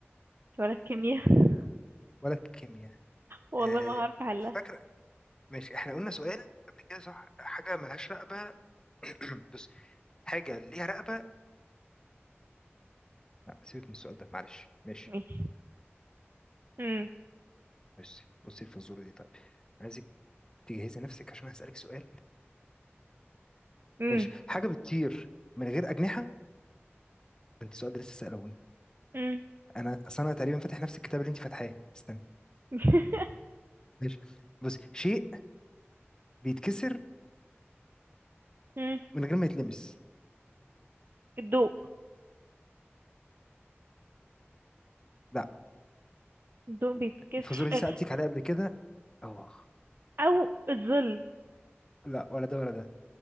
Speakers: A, on the right; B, on the left.
A: ولا الكيمياء <laughs>
B: ولا كيمياء
A: والله
B: آه،
A: ما هعرف احلها
B: فاكرة ماشي احنا قلنا سؤال قبل كده صح حاجة ملهاش رقبة <clears throat> بص حاجة ليها رقبة لا سيبك من السؤال ده معلش ماشي
A: ماشي امم
B: بصي بصي الفزورة دي طيب عايزك تجهزي نفسك عشان هسألك سؤال
A: امم
B: ماشي حاجة بتطير من غير أجنحة ده انت السؤال ده لسه سألوني
A: امم
B: انا اصل انا تقريبا فاتح نفس الكتاب اللي انت فاتحاه استنى
A: <laughs>
B: ماشي بصي شيء بيتكسر
A: أمم.
B: من غير ما يتلمس
A: الضوء
B: لا
A: الضوء بيتكسر
B: الفزورة دي سألتك عليها قبل كده اه
A: او الظل
B: لا ولا ده ولا ده